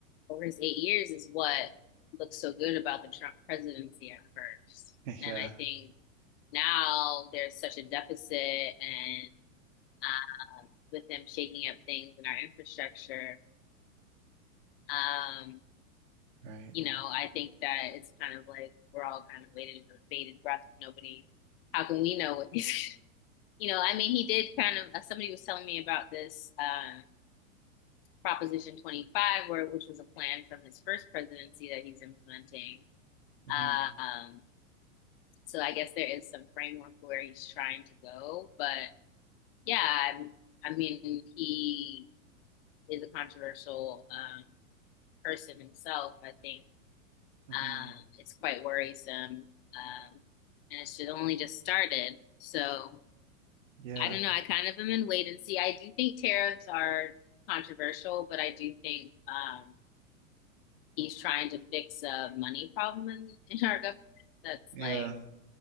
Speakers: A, on the left; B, on the right.
A: over his eight years is what looks so good about the Trump presidency at first.
B: <laughs>
A: And
B: Yeah.
A: I think now there's such a deficit and um, with them shaking up things in our infrastructure, um,
B: Right.
A: you know, I think that it's kind of like we're all kind of waiting for bated breath. Nobody, how can we know what he's, <laughs> you know, I mean, he did kind of, uh, somebody was telling me about this uh, Proposition 25, where which was a plan from his first presidency that he's implementing.
B: hmm
A: Um, so I guess there is some framework where he's trying to go, but yeah, I, mean, he is a controversial um, person himself. I think
B: hmm
A: um, it's quite worrisome, um, and it should only just started. So
B: Yeah.
A: I don't know. I kind of am in wait and see. I do think tariffs are controversial, but I do think um, he's trying to fix a money problem in, in our government that's
B: Yeah.
A: like